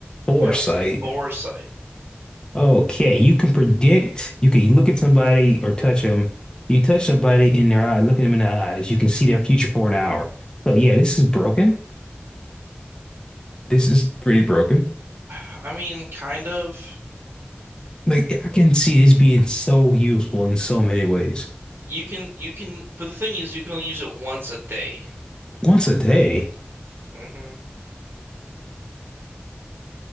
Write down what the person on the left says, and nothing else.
Foresight.
Okay, you can predict. You can look at somebody or touch them. You touch somebody in their eye, look at them in the eyes. You can see their future for an hour. So yeah, this is broken. This is pretty broken.
Like I can see this being so useful in so many ways.
Once a day.